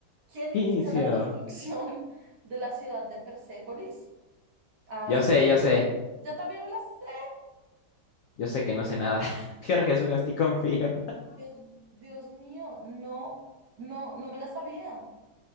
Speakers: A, on the right; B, on the left.
A: ¿Quién inició
B: Inicio.
A: la construcción <laughs> de la ciudad de Persépolis? Ah,
B: Yo
A: este.
B: sé, yo sé.
A: Yo también me la sé.
B: Yo sé que no sé nada. <laughs> Jorge, Jesús, en ti confío.
A: Dios, Dios mío, no, no, no me la sabía.